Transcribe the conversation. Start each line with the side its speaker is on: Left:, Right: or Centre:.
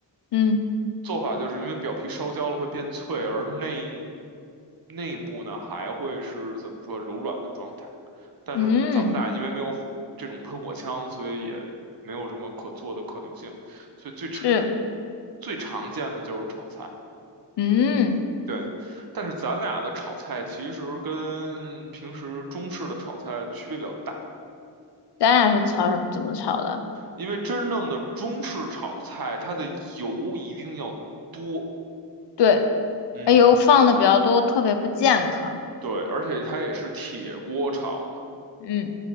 Left: 嗯
Right: 做法就是因为表皮烧焦了会变脆，而内内部呢还会是怎么说柔软的状态。但是咱们俩因为没有火这种喷火枪，
Left: 嗯，嗯
Right: 所以也没有什么可做的可能性。所以最常
Left: 是，
Right: 最常见的就是炒菜，
Left: 嗯，
Right: 对。但是咱俩的炒菜其实跟平时中式的炒菜区别比较大，
Left: 咱俩是炒怎么炒的？
Right: 因为真正的中式炒菜，它的油一定要多，
Left: 对，
Right: 嗯，
Left: 哎呦，放的比较多，特别不健康。
Right: 对，而且它也是铁锅炒的。
Left: 嗯